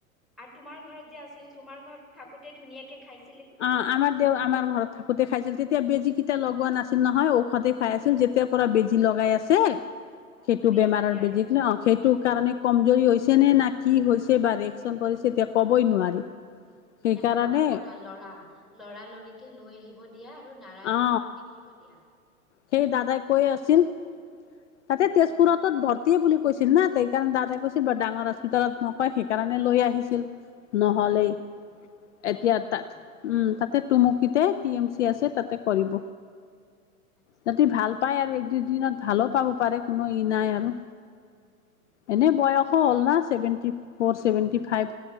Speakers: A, in the centre; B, on the left.
A: আৰু তোমাৰ ঘৰত যে আছিল, তোমাৰ ঘৰত থাকোতে ধুনীয়াকে খাইছিল।
B: অ', আমাৰ দেউ আমাৰ ঘৰত থাকোতে খাইছিল। তেতিয়া, বেজী কেইটা লগোৱা নাছিল নহয়। ঔষধ ঔষতে খাই আছো,
A: অ
B: যেতিয়াৰ পৰা বেজি
A: আহ
B: লগাই আছে।
A: অ',
B: সেইটো
A: বেজি
B: বেমাৰৰ
A: দিয়াৰ
B: বেজিক
A: পাছত
B: ন, সেইটো কাৰণে কমজোৰি হৈছে। তেনে না কি হৈছে, বা ৰিয়েকশচন কৰিছে এতিয়া ক'বই নোৱাৰি। সেইকাৰণে
A: এটা কাম কৰা ল'ৰা, ল'ৰা লৰিকে লৈ আহিব। দিয়া আৰু নাৰায়ণত
B: অ
A: ভৰ্তি কৰিব দিয়া।
B: সেই দাদাই কৈ আছিল। তাতে তেজপুৰতত
A: অ
B: ভৰ্তি বুলি। কৈছিল না, তেই কাৰণে দাদাই কৈছিল বাৰ ডাঙৰ হস্পিতালত নকয় সেইকাৰণে লৈ আহিছিল। নহ'লেই,
A: অ অ ভালেই
B: এতিয়া
A: কৰিছা
B: তাত উম, তাতে টুমুকিতে টি এম চি আছে। তাতে কৰিব,
A: আচ্ছা
B: যাতে ভাল পায় আৰু। প্ৰতিদিনত ভালো পাব পাৰে, কোনো ই নাই আৰু।
A: উম', উম,।
B: এনে বয়সো হ'ল না ছেভেনটি, ফৰ ছেভেনটি ফাইভ।